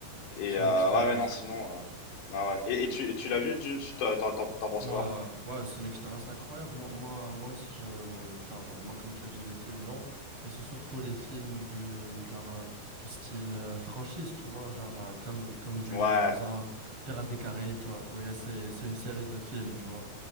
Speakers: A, on the left (about 85°); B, on the right (about 30°).
A: Et
B: C'est
A: euh,
B: une expérience.
A: ouais, ouais, non, sinon. euh, non, ouais. Et, et tu, et tu l'as vu, Dune, tu t'en t'en- t'en- t'en penses
B: Ouais,
A: quoi?
B: ouais, ouais, c'est une expérience incroyable. Moi, moi, moi aussi, je, genre, moi, comme tu as dit, les films longs, mais c'est surtout les films du, genre, euh, du style euh, franchise, tu vois, genre, euh, comme, comme Dune,
A: Ouais.
B: par exemple, Pirates des Caraïbes, tu vois, quoi, ouais, c'est, c'est une série de films, tu vois.